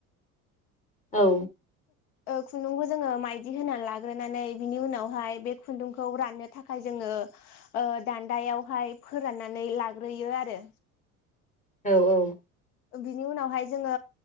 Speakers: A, on the left; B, on the left.
A: औ
B: ओ खुन्दुंखौ जोङो माइदि होना लाग्रोनानै बिनि उनावहाय बे खुन्दुंखौ राननो थाखाय जोङो ओ दान्दायावहाय फोराननानै लाग्रोयो आरो
A: औ औ
B: बिनि उनावहाय जोङो